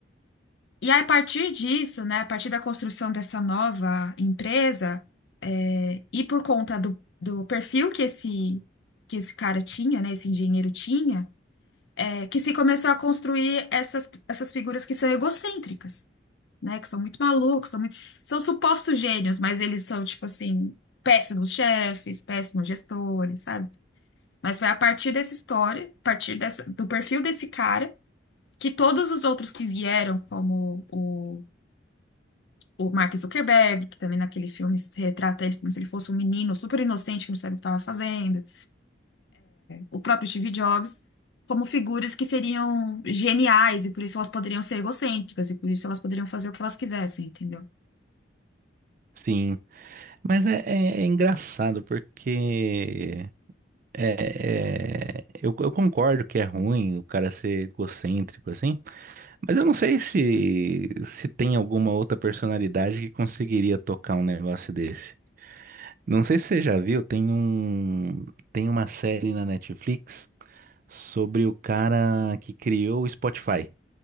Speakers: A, on the left; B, on the right.
A: E aí, a partir disso, né, a partir da construção dessa nova empresa, é, e por conta do, do perfil que esse, que esse cara tinha, né, esse engenheiro tinha, é, que se começou a construir essas, essas figuras que são egocêntricas, né? Que são muito malucos, são muito- são supostos gênios, mas eles são, tipo assim, péssimos chefes, péssimos gestores, sabe? Mas foi a partir dessa história, a partir dessa, do perfil desse cara, que todos os outros que vieram, como o, o Mark Zuckerberg, que também naquele filme se retrata ele como se ele fosse um menino super inocente que não sabe o que estava fazendo, o próprio Steve Jobs, como figuras que seriam geniais e por isso elas poderiam ser egocêntricas e por isso elas poderiam fazer o que elas quisessem, entendeu?
B: Sim. Mas é, é é engraçado porque É, é, eu, eu concordo que é ruim o cara ser egocêntrico assim, mas eu não sei se se tem alguma outra personalidade que conseguiria tocar um negócio desse. Não sei se você já viu, tem um tem uma série na Netflix sobre o cara que criou o Spotify.